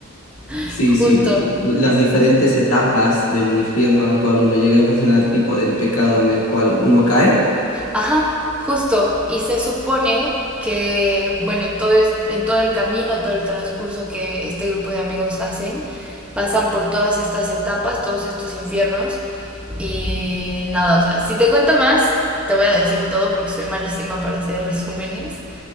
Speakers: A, in the centre; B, on the left.
A: <laughs>
B: Sí, sí,
A: justo.
B: l- l- las diferentes etapas del infierno al cual uno llega en función al tipo del pecado en el cual uno cae.
A: Ajá, justo. Y se supone que, bueno, en todo, es- en todo el camino, todo el transcurso que este grupo de amigos hacen, pasan por todas estas etapas, todos estos infiernos. Y nada, o sea, si te cuento más, te voy a decir todo porque soy malísima para hacer <laughs> resúmenes,